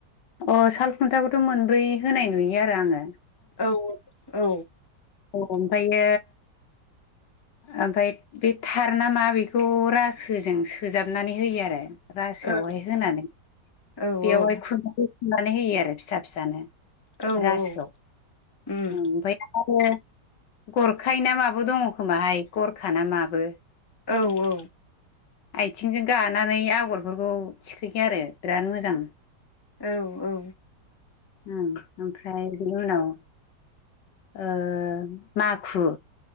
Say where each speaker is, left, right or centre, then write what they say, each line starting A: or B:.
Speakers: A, on the left; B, on the left.
A: अ सालखुन्थाखौथ' मोनब्रै होनाय नुयो आरो आङो।
B: औ औ
A: औ ओमफ्रायनो <unintelligible> ओमफ्राय बे थार ना मा बेखौ रासोजों सोजाबनानै होयो आरो। रासोआवहाय
B: औ
A: होनानै बेयावहाय
B: औ
A: खुननानै <unintelligible> होयो आरो फिसा फिसानो
B: औ
A: रासोआव
B: औ उम
A: ओमफ्राय आरो गरखाय ना माबो दङ खोमाहाय गरखा ना माबो।
B: औ औ।
A: आयथिंजों गानानै आगरफोरखौ थिखोयो आरो बिराद मोजां।
B: औ औ।
A: ओमफ्राय बेनि उनाव ओ माखु